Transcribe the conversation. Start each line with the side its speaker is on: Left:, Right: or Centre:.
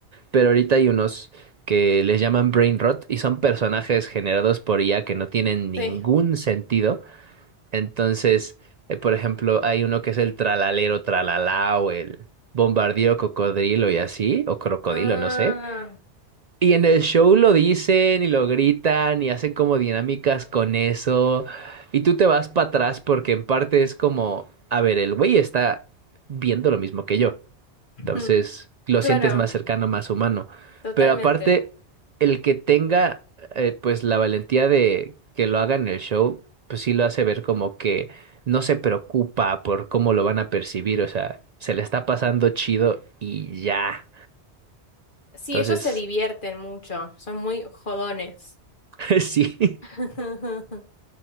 Right: pero ahorita hay unos que les llaman brain rot y son personajes generados por IA que no tienen ningún
Left: sí.
Right: sentido entonces, eh, por ejemplo, hay uno que es el tralalero tralalá o el bombardío cocodrilo y así, o crocodilo,
Left: Ah,
Right: no sé. Y en el show lo dicen y lo gritan y hacen como dinámicas con eso. Y tú te vas para atrás porque en parte es como, a ver, el güey está viendo lo mismo que yo. Entonces,
Left: mm,
Right: lo
Left: claro,
Right: sientes más cercano, más humano.
Left: totalmente.
Right: Pero aparte, el que tenga, eh, pues, la valentía de que lo haga en el show, pues sí lo hace ver como que no se preocupa por cómo lo van a percibir. O sea, se le está pasando chido y ya.
Left: Sí,
Right: Entonces,
Left: ellos se divierten mucho, son muy jodones.
Right: <laughs> sí.
Left: <laughs>